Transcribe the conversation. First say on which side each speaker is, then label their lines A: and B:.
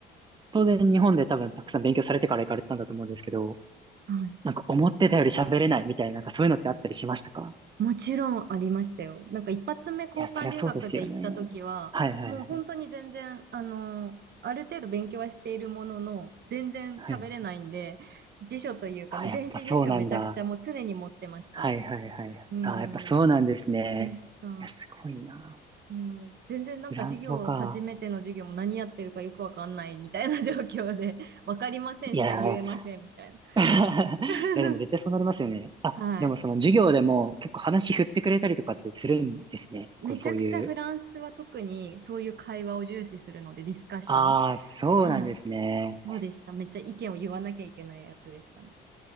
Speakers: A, on the right; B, on the right.
A: 当然日本で多分たくさん勉強されてから行かれたんだと思うんですけど、
B: はい。
A: なんか思ってたより喋れないみたいな、なんかそういうのってあったりしましたか
B: もちろんありましたよ。なんか一発目交換留学で行った時は、
A: いや、そりゃそうですよね。はいはいはい。
B: もう本当に全然、あの、ある程度勉強はしているものの、全然喋れないんで、
A: はい
B: 辞書というかね、
A: あ、やっぱそうなんだ。
B: 電子辞書めちゃくちゃもう常に持ってました。
A: はいはいはい。
B: うん、
A: あ、やっぱそうなんですね。
B: でした。
A: いや、すごいな。
B: うん、全然なんか授業、
A: フランス語か。
B: 初めての授業も何やってるかよくわかんないみたいな状況で、わかりませんしか言えませんみたいな。
A: いやー、<laughs> いや、
B: <laughs>
A: でも絶対そうなりますよね。あ、
B: はい。
A: でもその授業でも結構話振ってくれたりとかってするんですね。
B: めちゃくちゃフランスは特にそういう会話を重視するので、
A: こう、そういう。
B: ディスカッション。
A: ああ、そうなんですね。
B: はい。そうでした。めっちゃ意見を言わなきゃいけないやつでしたね。